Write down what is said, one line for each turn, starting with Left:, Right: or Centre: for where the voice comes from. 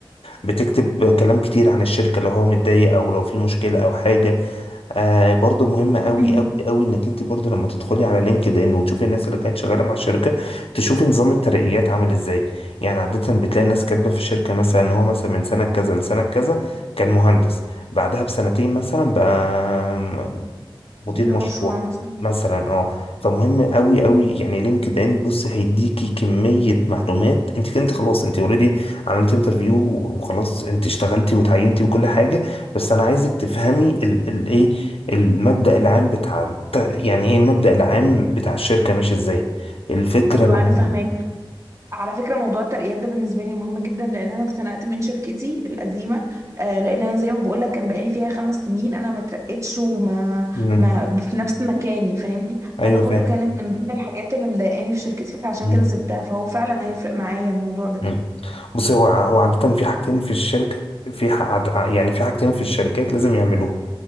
Left: بتكتب كلام كتير عن الشركه لو هو متضايق او لو في مشكله او حاجه آه برضو مهم قوي
Right: امم
Left: قوي قوي انك انت برضو لما تدخلي على لينكد ان وتشوفي الناس اللي كانت شغاله مع الشركه تشوفي نظام الترقيات عامل ازاي يعني عاده بتلاقي الناس كاتبه في الشركه مثلا ان هو مثلا من سنه كذا لسنه كذا كان مهندس بعدها بسنتين مثلا بقى م- مدير
Right: مدير
Left: مشروع
Right: مشروع مثلا
Left: مثلا اه فمهم قوي قوي يعني لينكد ان بص هيديكي كميه معلومات انت انت خلاص انت اوريدي عملت انترفيو وخلاص انت اشتغلتي وتعينتي وكل حاجه بس انا عايزك تفهمي الايه المبدأ العام بتاع الت- يعني ايه المبدأ العام بتاع الشركة ماشي ازاي الفكرة
Right: ايوه
Left: العامة
Right: انا فاهماك على فكره موضوع الترقيات ده بالنسبه لي مهم جدا لان انا اتخنقت من شركتي القديمه آه لان انا زي ما بقول لك كان بقالي فيها خمس سنين انا ما اترقتش وما
Left: مم.
Right: ما في نفس مكاني فاهمني
Left: ايوه
Right: فده برضو
Left: فاهم
Right: كانت من ضمن الحاجات اللي مضايقاني في شركتي فعشان
Left: مم.
Right: كده سبتها فهو فعلا هيفرق معايا الموضوع ده
Left: مم. بص هو ع- هو عادة في حاجتين في الشركة في ح- عد- يعني في حاجتين في الشركات لازم يعملوهم